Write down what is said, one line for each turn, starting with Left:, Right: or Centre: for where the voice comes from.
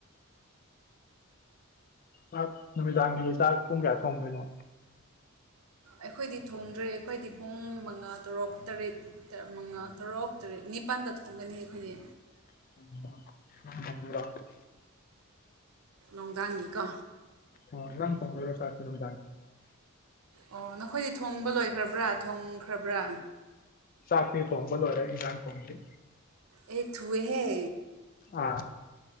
Left: ꯆꯥꯛ ꯅꯨꯃꯤꯗꯥꯡꯒꯤꯗꯤ ꯆꯥꯛ ꯄꯨꯡ ꯀꯌꯥ ꯊꯣꯡꯗꯣꯏꯅꯣ
Right: ꯑꯩꯈꯣꯏꯗꯤ ꯊꯣꯡꯗ꯭ꯔꯦ ꯑꯩꯈꯣꯏꯗꯤ ꯄꯨꯡ ꯃꯉꯥ ꯇꯔꯨꯛ ꯇꯔꯦꯠ ꯃꯉꯥ ꯇꯔꯨꯛ ꯇꯔꯦꯠ ꯅꯤ ꯃꯄꯥꯟꯗ ꯊꯣꯛꯣꯡꯒꯅꯤ ꯑꯩꯈꯣꯏꯒꯤ
Left: ꯎ
Right: ꯣꯡꯗꯥꯡꯒꯤꯀꯣ
Left: ꯑꯣ ꯅꯝ ꯀꯣꯡ꯭ꯔꯦꯁꯦ ꯅꯝꯗ ꯍꯥꯏꯦ
Right: ꯑꯣ ꯅꯈꯣꯏꯗꯤ ꯊꯣꯡꯕ ꯂꯣꯏꯈ꯭ꯔꯕ꯭ꯔꯥ ꯊꯣꯡꯈ꯭ꯔꯕ꯭ꯔꯥ
Left: ꯁꯥꯥꯛꯅꯤ ꯊꯣꯡꯕꯣꯜ ꯋꯥꯔꯦ ꯏꯟꯖꯥꯡ ꯊꯣꯡ꯭ꯔꯤ
Right: ꯑꯦꯊꯨꯑ ꯍꯦ
Left: ꯑꯥ